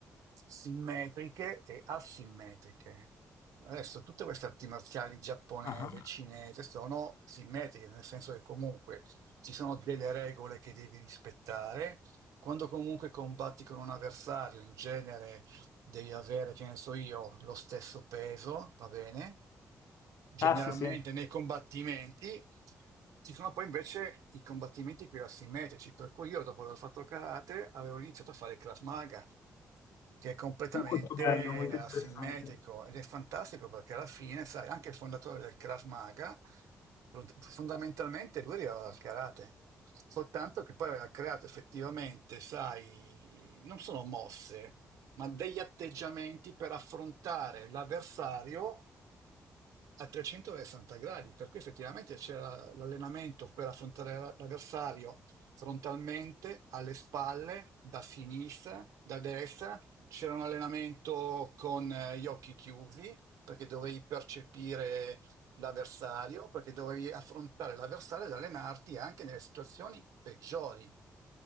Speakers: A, on the right (about 80°); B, on the left (about 65°).
A: simmetriche e asimmetriche. Adesso tutte queste arti marziali giapponese,
B: Ah,
A: cinese sono simmetriche, nel senso che comunque ci sono delle regole che devi rispettare. Quando comunque combatti con un avversario, in genere devi avere, che ne so io, lo stesso peso, va bene? Generalmente
B: Ah, sì, sì,
A: nei combattimenti ci sono poi invece i combattimenti qui asimmetrici, per cui io dopo aver fatto il karate avevo iniziato a fare il Krav Maga, che è completamente
B: molto bello, molto interessante.
A: asimmetrico ed è fantastico perché alla fine, sai, anche il fondatore del Krav Maga, fond- fondamentalmente lui arrivava al karate. Soltanto che poi aveva creato effettivamente, sai, non sono mosse, ma degli atteggiamenti per affrontare l'avversario a 360 gradi. Per cui effettivamente c'era l'allenamento per affrontare l'avversario frontalmente, alle spalle, da sinistra, da destra. C'era un allenamento con eh, gli occhi chiusi, perché dovevi percepire l'avversario, perché dovevi affrontare l'avversario ed allenarti anche nelle situazioni peggiori.